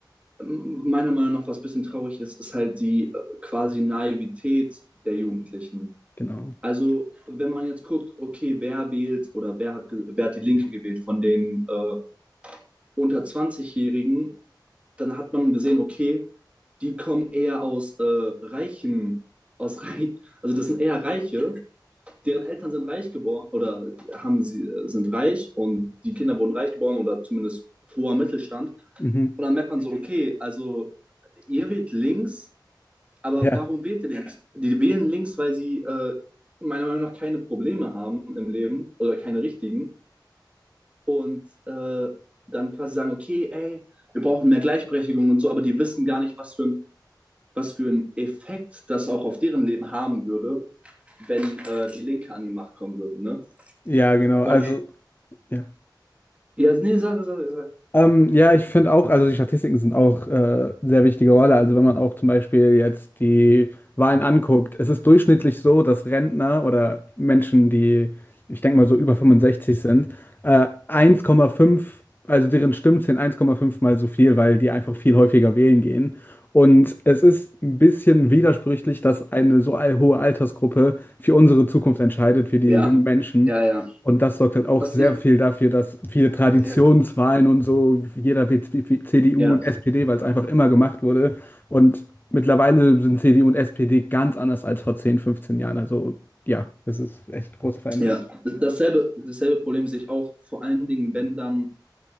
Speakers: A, on the right; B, on the left.
A: meiner Meinung nach, was ein bisschen traurig ist, ist halt die äh, quasi Naivität der Jugendlichen.
B: Genau.
A: Also, wenn man jetzt guckt, okay, wer wählt oder wer hat, wer hat die Linke gewählt von den äh, unter 20-Jährigen, dann hat man gesehen, okay, die kommen eher aus äh, reichen, aus reich, also das sind eher Reiche, deren Eltern sind reich geboren oder haben sie äh, sind reich und die Kinder wurden reich geboren oder zumindest hoher Mittelstand.
B: Mhm.
A: Und dann merkt man so, okay, also ihr wählt links, aber
B: Ja,
A: warum wählt ihr links? Die wählen links, weil sie äh, meiner Meinung nach keine Probleme haben im Leben oder keine richtigen und äh, dann quasi sagen, okay, ey, wir brauchen mehr Gleichberechtigung und so, aber die wissen gar nicht, was für ein was für einen Effekt das auch auf deren Leben haben würde, wenn äh, die Linke an die Macht kommen würde. Ne?
B: ja, genau. Also,
A: Und
B: ja.
A: ja, nee, sag, sag, sag.
B: Ähm, ja, ich finde auch, also die Statistiken sind auch äh, sehr wichtige Rolle. Also, wenn man auch zum Beispiel jetzt die Wahlen anguckt, es ist durchschnittlich so, dass Rentner oder Menschen, die, ich denke mal, so über 65 sind, äh, eins Komma fünf, also deren Stimmen sind eins Komma fünf mal so viel, weil die einfach viel häufiger wählen gehen. Und es ist ein bisschen widersprüchlich, dass eine so all- hohe Altersgruppe für unsere Zukunft entscheidet, für die
A: ja,
B: jungen Menschen.
A: ja, ja.
B: Und das sorgt halt auch
A: Das
B: sehr
A: nicht,
B: viel dafür, dass viele Traditionswahlen
A: ja,
B: und so, jeder wird CDU
A: ja.
B: und SPD, weil es einfach immer gemacht wurde. Und mittlerweile sind CDU und SPD ganz anders als vor 10, 15 Jahren. Also ja, das ist echt große Veränderung.
A: ja. Dasselbe, dasselbe Problem sehe ich auch, vor allen Dingen, wenn dann